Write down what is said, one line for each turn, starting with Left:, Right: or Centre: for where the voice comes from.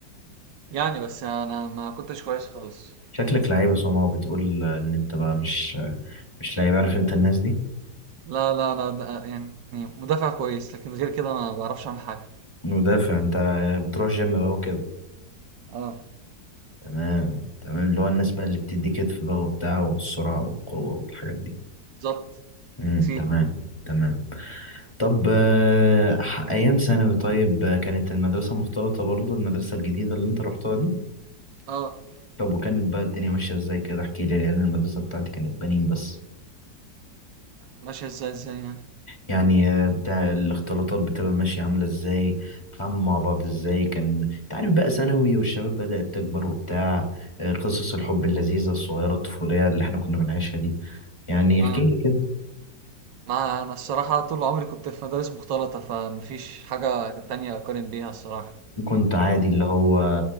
Right: يعني بس أنا ما كنتش كويس خالص
Left: شكلك لعيب يا سما وبتقول ان انت بقى مش مش لعيب عارف انت الناس دي
Right: لا لا أنا د- يعني مدافع كويس لكن غير كده ما بعرفش أعمل حاجة
Left: مدافع انت بتروح جيم بقى وكده
Right: اه
Left: تمام تمام اللي هو الناس بقى اللي بتدي كتف بقى وبتاع والسرعة والقوة والحاجات دي
Right: بالظبط
Left: امم
Right: تكسير
Left: تمام تمام طب آه، ح- ايام ثانوي طيب آه، كانت المدرسة مختلطة برضو المدرسة الجديدة اللي انت رحتها دي
Right: اه
Left: طب وكانت بقى الدنيا ماشية ازاي كده احكي لي لان المدرسة بتاعتي كانت بنين بس
Right: ماشية ازاي ازاي يعني
Left: يعني آه، بتاع الاختلاطات بتبقى ماشية عاملة ازاي بتتعاملوا مع بعض ازاي كان انت عارف بقى ثانوي والشباب بدأت تكبر وبتاع آه، قصص الحب اللذيذة الصغيرة الطفولية اللي احنا كنا بنعيشها دي يعني احكي
Right: اه
Left: لي كده
Right: ما أنا الصراحة طول عمري كنت في مدارس مختلطة فمفيش حاجة تانية أقارن بيها الصراحة
Left: كنت عادي اللي هو